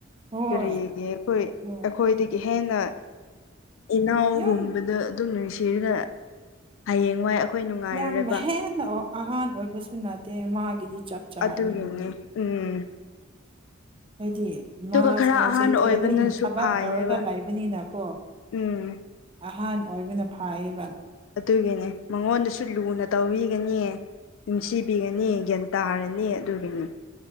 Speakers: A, on the right (about 25°); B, on the left (about 70°).
A: ꯍꯣꯏ
B: ꯀꯔꯤꯒꯤ ꯑꯩꯈꯣꯏ
A: ꯎꯝ
B: ꯑꯩꯈꯣꯏꯗꯒꯤ ꯍꯦꯟꯅ ꯏꯅꯥꯎꯒꯨꯝꯕꯗ
A: ꯌꯥꯝ
B: ꯑꯗꯨꯝ ꯅꯨꯡꯁꯤꯔꯒ ꯍꯌꯦꯡꯋꯥꯏ ꯑꯩꯈꯣꯏ ꯅꯨꯡꯉꯥꯏꯔꯔꯣꯏꯕ
A: ꯌꯥꯝ ꯍꯦꯟꯅ ꯑꯍꯥꯟ ꯑꯣꯏꯕꯁꯨ ꯅꯠꯇꯦ ꯃꯥꯒꯤꯗꯤ ꯆꯞ ꯆꯥꯔꯦ
B: ꯑꯗꯨꯒꯤꯅꯦ
A: ꯑꯗꯨꯝ
B: ꯎꯝ
A: ꯍꯥꯏꯗꯤ
B: ꯑꯗꯨꯒ
A: ꯃꯥꯁꯨ
B: ꯈꯔ
A: ꯍꯧꯖꯤꯛꯇꯤ
B: ꯑꯍꯥꯟ ꯑꯣꯏꯕꯅꯁꯨ
A: ꯑꯗꯨꯝ ꯊꯕꯛ
B: ꯐꯥꯏꯌꯦꯕ
A: ꯇꯧꯔꯒ ꯂꯩꯕꯅꯤꯅꯀꯣ
B: ꯎꯝ
A: ꯑꯍꯥꯟ ꯑꯣꯏꯕꯅ ꯐꯥꯏꯕ
B: ꯑꯗꯨꯒꯤꯅꯦ ꯃꯉꯣꯟꯗꯁꯨ ꯂꯨꯅ ꯇꯧꯕꯤꯒꯅꯤ ꯅꯨꯡꯁꯤꯕꯤꯒꯅꯤ ꯒ꯭ꯌꯥꯟ ꯇꯥꯔꯅꯤ ꯑꯗꯨꯒꯤꯅꯤ